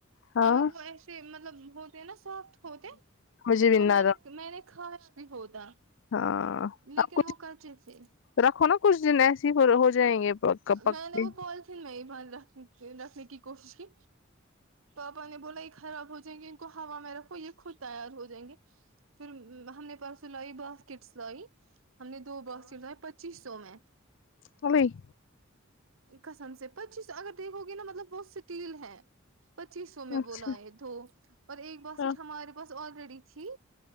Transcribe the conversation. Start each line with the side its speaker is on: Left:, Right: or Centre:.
Left: ہاں
Right: اگر
Left: ہوں
Right: وہ ایسے مطلب ہوتے ہیں نا صاف ہوتے
Left: مجھے بھی
Right: تو
Left: نہ
Right: میں نے میں نے کھایا بھی ہوتا
Left: رہا ہاں
Right: لیکن
Left: آپ کچھ
Right: وہ کچے تھے
Left: رکھو نا کچھ دن ایسی ہی ہو جائیں گے پک پکے
Right: میں نے وہ پالیتھین میں ہی رکھنے کی کوشش کی پاپا نے بولا یہ خراب ہو جائیں گے ان کو ہوا میں رکھو یہ خود تیار ہو جائیں گے پھر ہم نے پرسوں نئی لائی باسکٹس لائی ہم نے دو باسکٹس لائے پچیس سو میں
Left: کول <unintelligible>
Right: قسم سے پچیس اگر دیکھو گے نا مطلب وہ اسٹیل ہے پچیس سو میں
Left: اچھا
Right: وہ لاے دو اور ایک باسکٹ
Left: ہاں
Right: ہمارے پاس آلریڈی تھی